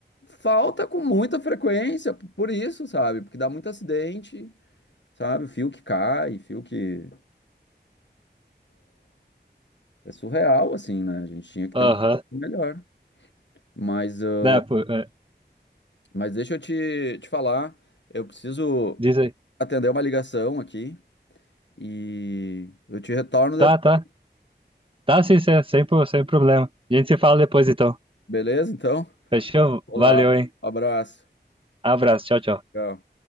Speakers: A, on the left; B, on the right.
A: falta com muita frequência, p- por isso, sabe? Porque dá muito acidente, sabe? Fio que cai, fio que. É surreal, assim, né? A gente tinha que
B: Aham.
A: ter um melhor. Mas, ah,
B: Né, pô, é,
A: mas deixa eu te, te falar, eu preciso
B: diz aí.
A: atender uma ligação aqui e eu te retorno depois,
B: Tá, tá. Tá, sim, sem, sem, pro- sem problema. A gente se fala depois, então.
A: beleza? Então,
B: Fechou?
A: olá,
B: Valeu, hein?
A: abraço.
B: Abraço, tchau, tchau.
A: Tchau.